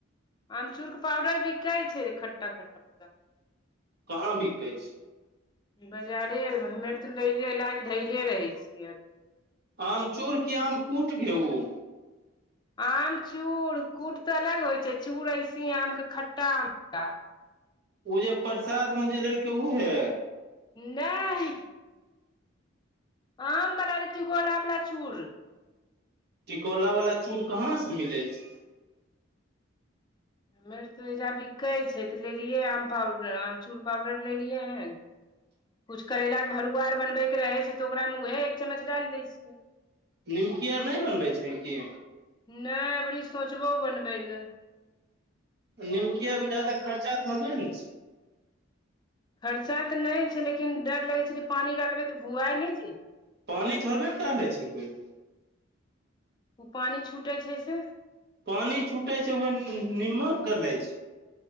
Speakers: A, on the left; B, on the right.
A: अमचूर के पाउडर बिकै छै रे खट्टा खट्टा पूरा।
B: कहाँ बिकै छै?
A: बाजारे आर मे हमा आर तऽ लैेले लायक धैले रहै छियै।
B: आमचूर की आमकूट गे ऊ।
A: आम चूड़ कूट तऽ अलग होइ छै चूर ऐसे आमके खट्टा आम <unintelligible>
B: ओ जे प्रसाद में जे लेलके उहे।
A: नहि आम बला रे टिकोला बला चूर।
B: टिकोला वाला चूड़ कहाँ से मिलै छै।
A: मेरे तऽएहिइजाँ बिकै छै तऽ लेलिये आम पाउडर आमचूर पाउडर लेलिये हन।
B: <inaudible>
A: कुछ करैलाके भरुआ आर बनबैके रहै छै तऽ ओकरामे उह एक चम्मच डाइल दै छियै।
B: निमकी आर नहि बनबै छही की?
A: नै अबरी सोचबहु बनबै लए।
B: निमकिया
A: अभी तक
B: आर मे
A: तऽ
B: जादा
A: नहि
B: खर्चा थोड़बे ने छै।
A: खर्चा तऽ नहि छै लेकिन डर लगे छै कि पानी डालबे तऽ भुआ नहि जे।
B: पानि थोड़बे ने डालै छै कोइ।
A: उ पानि छूटे छै से।
B: पानि छूटै छै ओ नीमक गलै छै।